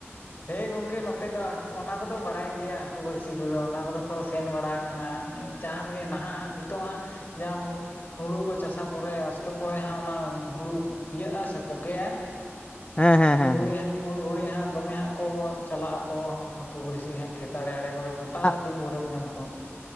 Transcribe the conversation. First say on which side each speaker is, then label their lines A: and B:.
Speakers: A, on the left (about 45°); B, on the left (about 25°).
A: ᱦᱮᱸ ᱜᱚᱝᱠᱮ ᱱᱚᱛᱮ ᱫᱚ ᱚᱱᱟ ᱠᱚᱫᱚ ᱵᱟᱲᱟᱭ ᱜᱮᱭᱟ ᱦᱟᱹᱠᱩ ᱵᱟᱹᱲᱥᱤ ᱠᱚᱫᱚ ᱚᱱᱟ ᱠᱚᱫᱚ ᱠᱚ ᱥᱮᱱ ᱵᱟᱲᱟᱜ ᱠᱟᱱᱟ ᱡᱟᱦᱟᱱ ᱡᱮ ᱱᱟᱦᱟᱜ ᱦᱟᱜ ᱱᱤᱛᱚᱜ ᱦᱟᱜ ᱡᱟᱦᱟ ᱦᱩ ᱦᱩᱲᱩ ᱠᱚ ᱪᱟᱥᱟ ᱯᱚᱨᱮ ᱚᱥᱠᱮ ᱯᱚᱨᱮ ᱦᱟᱸᱜ ᱚᱱᱟ ᱦᱩᱲᱩ ᱤᱭᱟᱹᱜ-ᱟ ᱥᱮ ᱯᱚᱠᱮᱜ-ᱟ
B: ᱦᱮᱸ ᱦᱮᱸ
A: ᱩᱱ
B: ᱦᱮᱸ
A: ᱜᱷᱩᱲᱤ ᱦᱟᱸᱜ ᱩᱱ ᱜᱷᱩᱲᱤ ᱦᱟᱸᱜ ᱫᱚᱢᱮ ᱦᱟᱸᱜ ᱠᱚ ᱪᱟᱞᱟᱜ ᱟᱠᱚ ᱦᱟᱹᱠᱩ ᱵᱟᱹᱲᱥᱤ ᱦᱟᱸᱜ ᱠᱷᱮᱛ ᱟᱲᱮ ᱟᱲᱮ ᱠᱚᱨᱮ ᱜᱚᱴᱟ
B: ᱦᱮᱸ
A: ᱫᱤᱱ ᱵᱷᱳᱨᱮᱢ ᱧᱟᱢ ᱠᱚᱣᱟ᱾